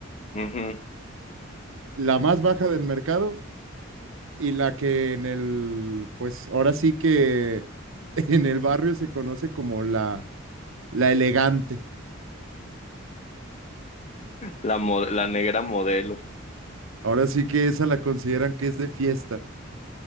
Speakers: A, on the left; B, on the right.
A: Ujú.
B: la más baja del mercado y la que en el, pues ahora sí que en el barrio se conoce como la, la elegante.
A: La, mo- la negra modelo.
B: Ahora sí que esa la consideran que es de fiesta.